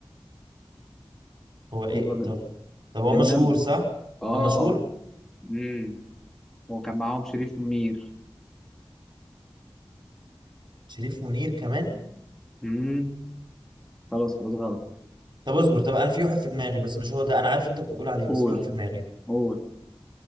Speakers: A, on the right; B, in the centre.
A: هو ايه
B: يلا بقى
A: طب طب هو
B: بننام
A: مشهور صح
B: اه
A: طب مشهور
B: امم هو كان معاهم شريف منير
A: شريف منير كمان
B: امم خلاص خلاص غلط
A: طب اصبر طب انا في واحد في دماغي بس مش هو ده انا عارف انت بتقول عليه
B: قول
A: بس في واحد في دماغي
B: قول